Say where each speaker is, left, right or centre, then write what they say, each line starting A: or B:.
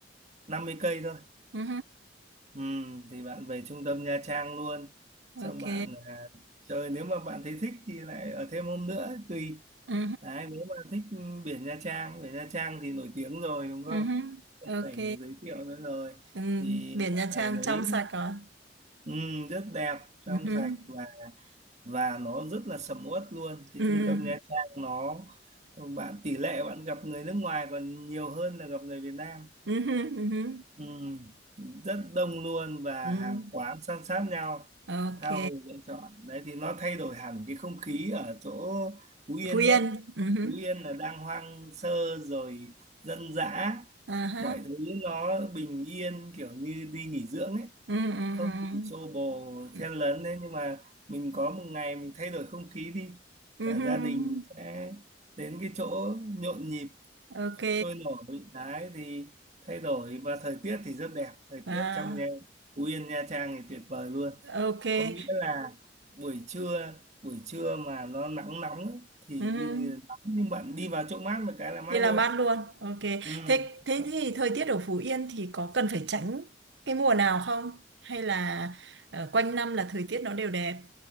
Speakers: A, on the right; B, on the right.
A: 50 cây thôi
B: Ừ.
A: Ừ, thì bạn về trung tâm Nha Trang luôn
B: Ok.
A: xong bạn à, chơi nếu mà bạn thấy thích thì lại ở thêm hôm nữa tùy
B: Ừ.
A: đấy nếu mà thích ừ, biển Nha Trang biển Nha Trang thì nổi tiếng rồi đúng không
B: Ừ.
A: không
B: Ok.
A: phải giới thiệu nữa rồi
B: Ừ.
A: thì
B: Biển
A: bạn
B: Nha
A: ở
B: Trang
A: đấy
B: trong sạch rồi.
A: ừ, rất đẹp
B: Ừ.
A: trong sạch và và nó rất là sầm uất luôn cái
B: Ừ.
A: trung tâm Nha Trang nó bạn tỷ lệ bạn gặp người nước ngoài còn nhiều hơn là gặp người Việt Nam
B: Ừ. Ừ. Ừ.
A: Ừ, rất đông luôn và
B: Ừ.
A: hàng quán san sát nhau
B: Ok.
A: tha hồ lựa chọn đấy thì nó thay đổi hẳn cái không khí ở chỗ Phú Yên
B: Phú Yên.
A: nhé
B: Ừ. hứ.
A: Phú Yên là đang hoang sơ rồi dân dã
B: À ha.
A: mọi thứ nó bình yên kiểu như đi nghỉ dưỡng ấy
B: Ừ ừ
A: không
B: ừ.
A: bị xô bồ
B: Ừ.
A: chen lấn đấy nhưng mà mình có một ngày mình thay đổi không khí đi
B: Ừ
A: cả
B: hứ.
A: gia đình sẽ đến cái chỗ nhộn nhịp
B: Ok.
A: sôi nổi đấy thì thay đổi và thời tiết thì rất đẹp thời
B: À
A: tiết trong nhà Phú Yên Nha Trang thì tuyệt vời luôn
B: ok.
A: có nghĩa là buổi trưa buổi trưa mà nó nắng nóng ấy, thì
B: Ừ. hứ.
A: đi nắng nhưng bạn đi vào chỗ mát một cái là mát
B: Thì làm
A: luôn
B: mát luôn. Ok.
A: ừ.
B: Thế thế
A: không-
B: thì thời tiết ở Phú Yên thì có cần phải tránh cái mùa nào không? Hay là ờ, quanh năm là thời tiết nó đều đẹp?